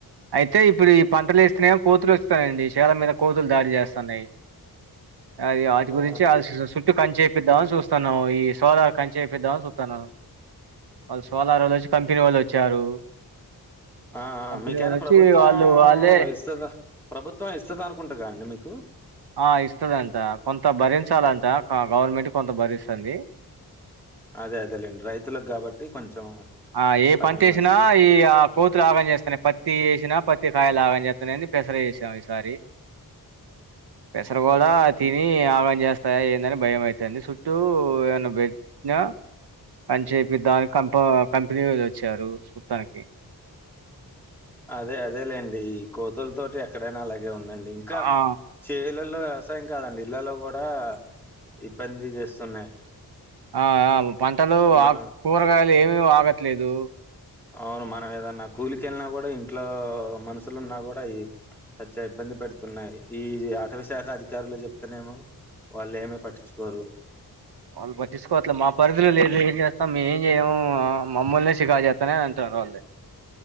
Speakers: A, on the right; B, in the centre.
A: అయితే ఇప్పుడు ఈ పంటలు ఏస్తన్నా కోతులు వస్తానయండి సేల మీద కోతులు దాడి చేస్తున్నాయి అయో వాటి
B: ఆ
A: గురించి అ చుట్టూ కంచ్చేపిద్దామని చూస్ చూస్తున్నం ఈ సోలార్ కంచ్చేపిద్దామని చూస్తున్నా వాళ్ళు సోలార్ వాళ్ళు వచ్చి కంపెనీ వాళ్ళు వచ్చారు
B: ఆ ఆ
A: కంపెనీ
B: మీకైనా
A: వాళ్ళు వచ్చి
B: ప్రభుత్వం
A: వాళ్ళు వాళ్ళే
B: ఇస్తద ప్రభుత్వం ఇస్తుదనుకుంటగ అండి మీకు
A: ఆ ఇస్తదంట కొంత భరించాలంట గవర్నమెంట్ కొంత భరిస్తుంది
B: అదే అదేలేండి రైతులకు కాబట్టి కొంచెం
A: ఆ ఏ
B: సగం
A: పంట ఏసినచేసినా
B: ఇస్తా
A: ఈ ఆ కోతులు ఆగం చేేస్తన్నాయి పత్తి ఏసినా పత్తి కాయలు ఆగం చేేత్తనాయి అని పెసర ఏసాం ఈసారి పెసర గుడ తిని ఆగం చేస్ స్తాయని ఏందని భయం అయితంది చుట్టూ ఏన్న బెట్న అని చెప్పి దానికి కంప కంపెనీ నుంచి వచ్చారు సుత్తానికి
B: అదే అదే లేండి ఈ కోతుల తోటి ఎక్కడైనా అలాగే ఉందండి ఇంకా
A: ఆ
B: చేలల్లో వ్యవసాయం కాదండి ఇళ్లలో కూడా ఇబ్బంది చేస్తున్నాయి
A: ఆ ఆ పంటలు
B: మా
A: ఆ కూరగాయలు ఏమి ఆగట్లేదు
B: అవును మనం ఏదన్నా కూలికెళ్ళిన కూడా ఇంట్లో మనుషులున్నా కూడా ఈ చచ్చా ఇబ్బంది పెడుతున్నాయి ఈ ఆట విశాఖ అధికారుల కి చెప్తేనేమో వాళ్ళు ఏమీ పట్టించుకోరు
A: వాళ్ళు పట్టికోవట్లే మా పరిధిలో లేదు ఏం చేస్తాం మే ఏం చేయము మమ్మల్నె షికాకు చేస్తానయి అని అంటన్నారు వాళ్ళే